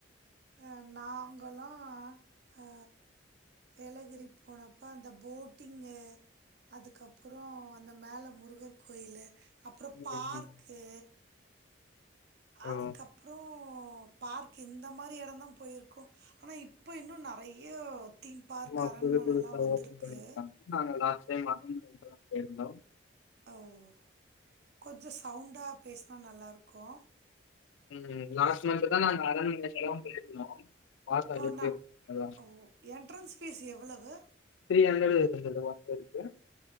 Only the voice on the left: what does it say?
ம்
ம்
ஓ
ஆமா
புது புதுசா
ஓபன் பண்ணிருக்காங்க நாங்க லாஸ்ட் டைம் அம்முறைல்லா போயிருந்தோ
ம் லாஸ்ட் மந்த் தான் நாங்க அரண்மனைக்கெல்லாம் போயிருந்தோம். பார்த்தோம்
எப்படி
இருக்குன்றதெல்லாம்.
<unintelligible> ஒ பேருக்கு